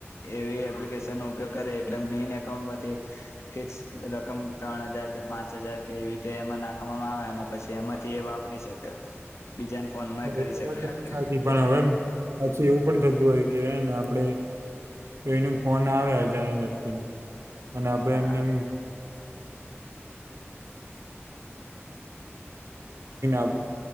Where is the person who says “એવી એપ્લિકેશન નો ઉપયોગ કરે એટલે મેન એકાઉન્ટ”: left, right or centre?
Left